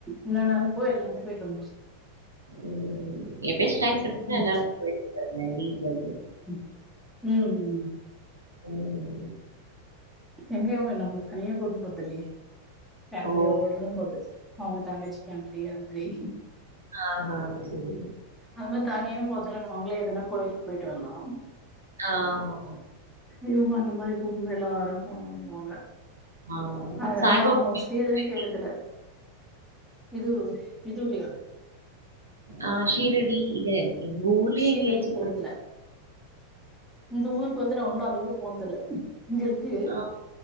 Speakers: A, in the centre; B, on the right (about 80°).
A: என்னன்னா இருக்கோ எல்லாமே போய்ட்டு வண்டோம்
B: ம் ம் எப்ப யாச்சு டைம் கெடச்சதுன்னா
A: ம்
B: எல்லா எடத்துக்கும் போய் பாருங்க லீவ்ல வந்து
A: ம் ம்
B: ம்
A: எங்கயும் அவங்க நம்பள தனியா கூட்டுப்போறது இல்லயே ஃபேமிலியோடதான்
B: ஓ!
A: போது அவங்க தங்கச்சி ஃபேமிலி அந்த மாரி
B: ஆ ஹா செரி
A: அது மாதிரி தனியா போதுன நாங்களே எதுனா கோயிலுக்கு போயிட்டு வர்லா
B: அ ஆமா
A: இவங்க அந்த மாரி கூப்புனும் எல்லாரு போணும்பாங்க
B: ஆ
A: அதனால
B: சாய்பாபா
A: நா மோஸ்ட்லி
B: கோயிலுக்கு
A: எதுவு
B: போயிருக்கீங்
A: கேட்டதில்ல இது இது இல்லயா
B: ஆ ஷிரடி இல்ல எங்க ஊருலயே
A: சீரடி
B: எங்கயாச்சு
A: போனதில்ல
B: போய்
A: இந்த ஊருக்கு வந்து நா ஒன்னு அது கூட போனது இல்ல இங்க இரு க்கு
B: ஆ.